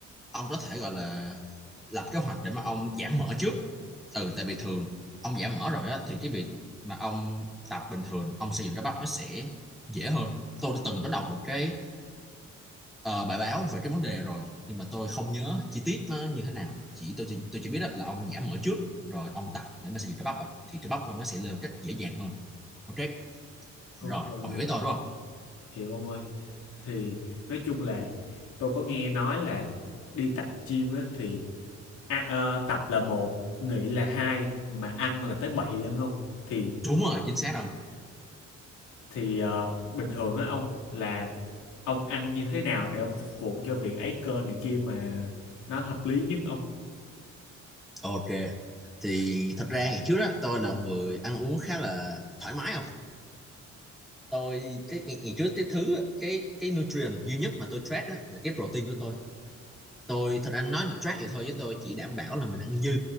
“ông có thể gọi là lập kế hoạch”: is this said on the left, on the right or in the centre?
Centre